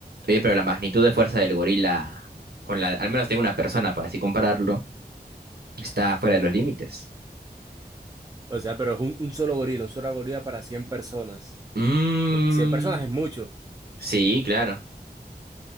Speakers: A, on the right; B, on the right.
A: Oye, pero la magnitud de fuerza del gorila, con la, al menos de una persona, para así compararlo, está fuera de los límites.
B: O sea, pero es un, un solo gorila, un solo gorila para 100 personas.
A: Mmm,
B: Cien- personas es mucho. O
A: sí, claro.